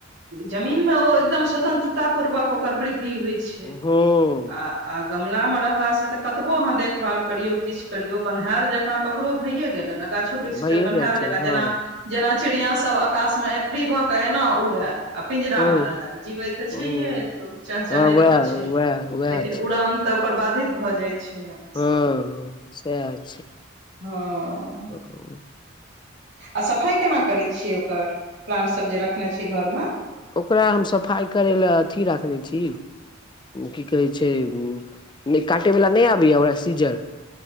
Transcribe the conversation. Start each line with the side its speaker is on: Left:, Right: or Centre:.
Right: जमीनमे ओ एकदम स्वतन्त्रता पूर्वक ओकर वृद्धि होइ छै आ
Left: हँ
Right: आ गमलामे रहलासँ तऽ कतबो अहाँ देखभाल करियौ किछु करियौ बन्हायल जकाँ तऽ ओ ओकरो भइए गेलै ने गाछो वृक्ष
Left: भइए
Right: तऽ बन्हैल
Left: जाइ छै
Right: जकाँ
Left: हँ
Right: जेना जेना चिड़िया सब आकाशमे एफरी भऽ कऽ एना उड़ै आ पिंजरा
Left: हँ
Right: मे रहै जीवै तऽ
Left: हँ
Right: छैेहे एतौ चहचहाइतो
Left: हँ वएह
Right: छै
Left: वएह वएह
Right: लेकिन
Left: छै
Right: उड़ान तऽ ओकर बाधित भऽ जाइ छै न
Left: हँ सैह छै
Right: हँ
Left: ओ <unintelligible>
Right: आ सफाइ केना करै छियै ओकर प्लांट सभ जे रखने छियै घरमे
Left: ओकरा हम सफाइ करै लै अथी राखने छी की कहै छै नय काटे वला नहि आबैये ओहे सीजर